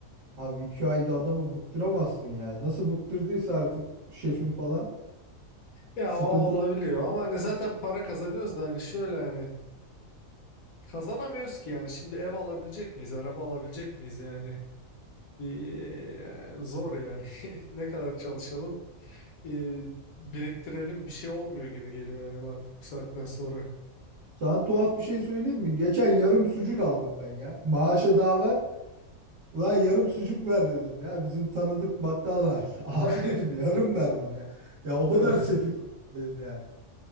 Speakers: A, on the right; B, on the left.
A: Abi iki ayda adamı bıktıramazsın ya. Nasıl bıktırdıysa artık şefin falan.
B: Ya
A: Sıkıntılı.
B: o olabiliyor ama hani zaten para kazanıyoruz da hani şöyle hani kazanamıyoruz ki yani şimdi ev alabilecek miyiz, araba alabilecek miyiz yani? Bir e, zor yani. <laughs> Ne kadar çalışalım, e, biriktirelim bir şey olmuyor gibi geliyor yani artık bu saatten sonra.
A: Sana tuhaf bir şey söyleyeyim mi? Geçen yarım sucuk aldım ben ya. Maaşa daha var. Ulan yarım sucuk ver dedim ya. Bizim tanıdık bakkal var. <laughs> Abi
B: <laughs>
A: dedim yarım ver bunu ya. Ya o kadar
B: Eh,
A: sefil ya.